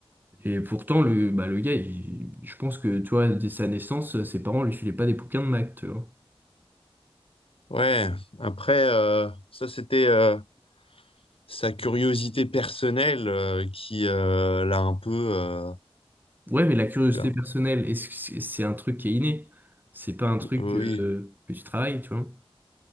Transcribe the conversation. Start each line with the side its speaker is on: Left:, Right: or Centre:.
Right: Et pourtant, le, bah, le gars, il- je pense que, tu vois, dès sa naissance, ses parents lui filaient pas des bouquins de maths, tu vois.
Left: Ouais. Après, euh, ça, c'était euh, sa curiosité personnelle euh, qui euh, l'a un peu... euh,
Right: Ouais, mais la curiosité
Left: Bien.
Right: personnelle, est-ce que c'est c'est un truc qui est inné? C'est pas un truc
Left: Oui.
Right: euh, que tu travailles, tu vois?